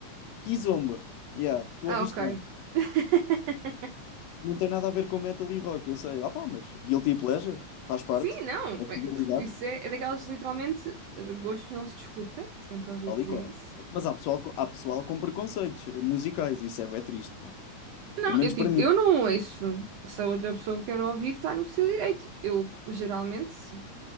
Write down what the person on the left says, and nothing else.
Kizomba. Yeah, tu
ouviste
bem.
Não tem nada a ver com metal e rock, eu sei. Ah pá, mas Guilty Pleasure faz parte.
É
realidade,
tal
e qual.
Mas há pessoal, co- há pessoal com preconceitos musicais, isso é bem triste, pá.
Pelo menos
para mim.